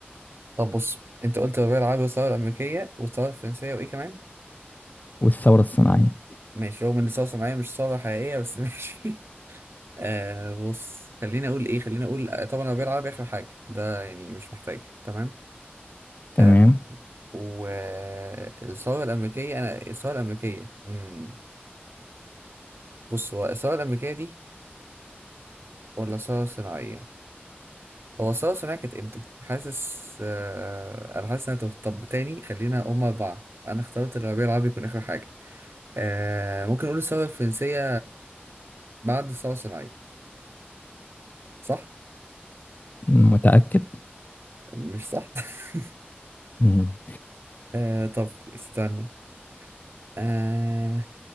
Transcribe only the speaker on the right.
طب بص انت قلت ببيع العربي والثورة الأمريكية والثورة الفرنسية وإيه كمان؟
ماشي رغم إن الثورة الصناعية مش ثورة حقيقية بس <laughs> ماشي آه بص خليني أقول إيه خليني أقول آه، طبعا أنا ببيع العربي آخر حاجة ده يعني مش محتاج تمام
آه والثورة الأمريكية أنا الثورة الأمريكية مم. بص هو الثورة الأمريكية دي ولا الثورة الصناعية؟ هو الثورة الصناعية كانت إمتى؟ حاسس آه أنا حاسس إن أنا تهت. طب تاني خلينا هما أربعة أنا اخترت الربيع العربي يكون آخر حاجة آه ممكن نقول الثورة الفرنسية بعد الثورة الصناعية صح؟
مش صح؟ <laughs>
آه طب استنى آه